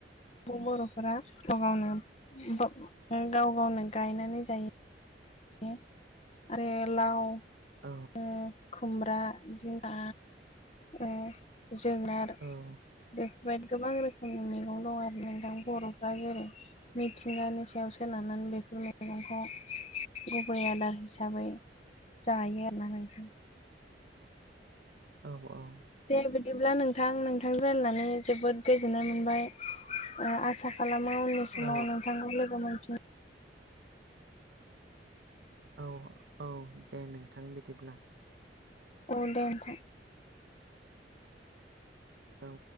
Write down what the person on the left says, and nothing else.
बर'फोरा गाव गावनो बा <unintelligible> गाव गावनो गायनानै जायो <unintelligible> आरो लाव
ओ खुमब्रा जिंखा ओ जोगोनार
बेफोरबायदि गोबां रोखोमनि मैगं दं आरो नोंथां बर' फोरा जेरै मिथिंगानि सायाव सोनारनानै बेफोर मैगंखौ- गुबै आदार हिसाबै जायो आरोना नोंथां
दे बिदिब्ला नोंथां नोंथां राननानै जोबोद गोजोननाय मोनबाय आसा खालामो उननि समाव
नोंथांखौ लोगो मोनफिन
औ दे नोंथां